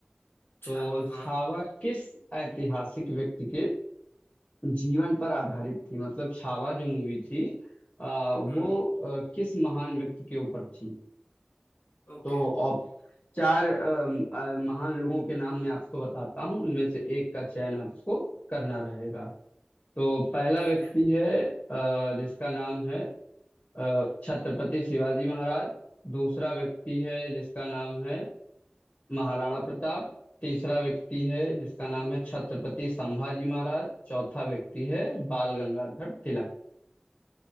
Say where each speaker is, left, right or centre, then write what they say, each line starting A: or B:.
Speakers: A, on the left; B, on the left.
A: अच्छा
B: तो छावा
A: हाँ
B: किस ऐतिहासिक व्यक्ति के जीवन पर आधारित थी मतलब छावा जो मूवी थी आ, वो
A: हम्म
B: अ, किस महान व्यक्ति के ऊपर थी
A: ओके
B: तो ऑप चार अम, अ, महान लोगों के नाम मैं आपको बताता हूँ उनमें से एक का चयन आपको करना रहेगा तो पहला
A: ठीक
B: व्यक्ति
A: है
B: है अ, जिसका नाम है अ, छत्रपति शिवाजी महाराज दूसरा व्यक्ति है जिसका नाम है महाराणा प्रताप तीसरा व्यक्ति है जिसका नाम है छत्रपति संभाजी महाराज चौथा व्यक्ति है बाल गंगाधर तिलक